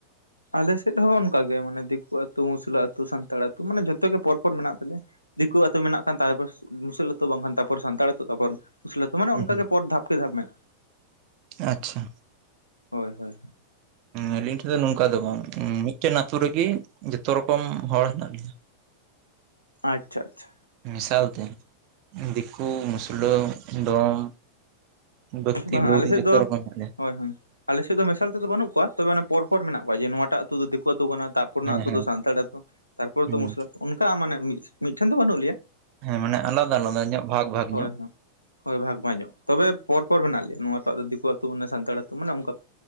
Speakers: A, on the left; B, on the right.
A: ᱟᱞᱮ ᱥᱮᱫ ᱦᱚᱸ ᱚᱱᱠᱟ ᱜᱮ ᱢᱟᱱᱮ ᱫᱤᱠᱩ ᱟᱹᱛᱩ ᱢᱩᱥᱞᱟᱹ ᱟᱹᱛᱩ ᱥᱟᱱᱛᱟᱲ ᱟᱹᱛᱩ ᱢᱟᱱᱮ ᱡᱷᱚᱛᱚ ᱜᱮ ᱯᱚᱨ ᱯᱚᱨ ᱢᱮᱱᱟᱜ ᱛᱟᱞᱮᱭᱟ᱾ ᱫᱤᱠᱩ ᱟᱛᱩ ᱢᱮᱱᱟᱜ ᱠᱷᱟᱱ ᱛᱟᱯᱳᱨ ᱢᱩᱥᱞᱟᱹ ᱟᱛᱩ ᱵᱟᱝᱠᱷᱟᱱ ᱛᱟᱨᱯᱚᱨ ᱥᱟᱱᱛᱟᱲ ᱟᱛᱩ ᱛᱟᱯᱚᱨᱼᱼ ᱠᱩᱥᱞᱟᱹ ᱠᱩ ᱢᱟᱱᱮ
B: ᱦᱩᱸ
A: ᱚᱱᱠᱟ ᱜᱮ ᱯᱚᱨ ᱫᱷᱟᱯ ᱠᱮ ᱫᱷᱟᱯ ᱢᱮᱱᱟᱜ
B: ᱟᱪᱪᱷᱟ᱾
A: ᱦᱳᱭ, ᱦᱳᱭ
B: ᱟᱞᱤᱧ ᱴᱷᱮᱱ ᱫᱚ ᱱᱚᱝᱠᱟ ᱫᱚ ᱵᱟᱝ ᱢᱤᱫ ᱴᱮᱱ ᱟᱛᱩ ᱨᱮ ᱜᱤ ᱡᱷᱚᱛᱚ ᱨᱚᱠᱚᱢ ᱦᱚᱲ ᱦᱮᱱᱟᱜ ᱞᱤᱧᱟ᱾
A: ᱟᱪᱪᱷᱟ ᱟᱪᱪᱷᱟ᱾
B: ᱢᱮᱥᱟᱞ ᱛᱮ ᱫᱤᱠᱩ, ᱢᱩᱥᱞᱟᱹ, ᱰᱚᱢ ᱵᱟᱹᱠᱛᱤ
A: ᱵᱟᱝ
B: ᱵᱟᱹᱣᱨᱤ
A: ᱟᱞᱮ ᱥᱮᱫ
B: ᱡᱚᱛᱚ
A: ᱫᱚ
B: ᱨᱚᱠᱚᱢ ᱢᱮᱱᱟᱜ ᱞᱮᱭᱟ᱾
A: ᱦᱳᱭ, ᱦᱳᱭ ᱟᱞᱮᱥᱮᱫ ᱫᱚ ᱢᱮᱥᱟᱞ ᱛᱮ ᱫᱚ ᱵᱟᱹᱱᱩᱜ ᱠᱚᱣᱟ, ᱛᱚᱵᱮ ᱯᱚᱨ ᱯᱚᱨ ᱢᱮᱱᱟᱜ ᱠᱚᱣᱟ ᱡᱮ ᱱᱚᱣᱟᱴᱟᱜ ᱟᱹᱛᱩ ᱫᱚ ᱫᱤᱠᱩ ᱟᱹᱛᱩ ᱠᱟᱱᱟ ᱛᱟᱯᱼᱼ ᱛᱩ ᱨᱮᱱᱟᱜ
B: ᱞᱮᱭᱟ ᱦᱮᱸ
A: ᱫᱚ
B: ᱦᱮᱸ
A: ᱥᱟᱱᱛᱟᱲ ᱟᱛᱩ ᱛᱟᱨᱯᱚᱨ
B: ᱦᱮᱸ
A: ᱫᱚ ᱢᱩᱥᱞᱟ ᱚᱱᱠᱟ ᱢᱟᱱᱮ ᱢᱤᱫ ᱴᱷᱮᱱ ᱫᱚ ᱵᱟᱹᱱᱩᱜ ᱞᱮᱭᱟ᱾
B: ᱦᱮᱸ ᱢᱟᱱᱮ ᱟᱞᱟᱫᱟ ᱟᱞᱟᱫᱟ ᱧᱚᱜ ᱵᱷᱟᱜᱽ ᱵᱷᱟᱜ
A: ᱦᱳᱭ
B: ᱧᱚᱜ
A: ᱦᱳᱭ ᱦᱳᱭ ᱵᱷᱟᱜᱽ ᱵᱷᱟᱜᱽ ᱧᱚᱜ, ᱛᱚᱵᱮ ᱯᱚᱨᱼᱯᱚᱨ ᱢᱮᱱᱟᱜ ᱞᱮᱭᱟ ᱱᱚᱣᱟᱴᱟᱜ ᱫᱚ ᱫᱤᱠᱩ ᱟᱹᱛᱩ ᱠᱟᱱᱟ ᱢᱟᱱᱮ ᱥᱟᱱᱛᱟᱲ ᱟᱹᱛᱩ ᱢᱟᱱᱮ ᱚᱱᱠᱟ᱾